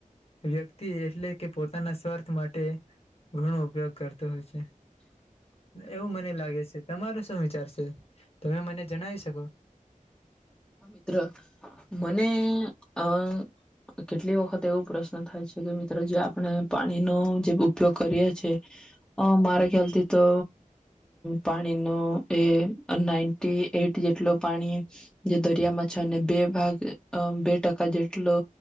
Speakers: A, on the left (about 45°); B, in the centre.
A: વ્યક્તિ એટલે કે પોતાના સ્વાર્થ માટે ઘણો ઉપયોગ કરતો હોય છે એવું મને લાગે છે તમારો શું વિચાર છે તમે મને જણાવી શકો
B: હા મિત્ર મને અ કેટલી વખત એવો પ્રશ્ન થાય છે કે મિત્રો જે આપણે પાણીનો જે ઉપયોગ કરીએ છે મારા ખ્યાલથી તો પાણીનો એ નાઈન્ટી એટ જેટલ પાણી જે દરિયામાં છે અને બે ભાગ બે ટકા જેટલો